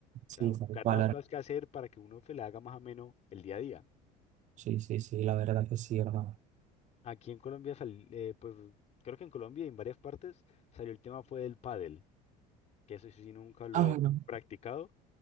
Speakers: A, on the right; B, on the left.
A: Sí,
B: sea, buscar
A: tal cual,
B: nuevas
A: her-
B: cosas que hacer para que uno se le haga más ameno el día a día.
A: Sí, sí, sí, la verdad que sí, hermano.
B: Aquí en Colombia, sal- eh, pues creo que en Colombia y en varias partes salió el tema fue del pádel, que eso sí nunca lo
A: Ah,
B: he
A: bueno.
B: practicado,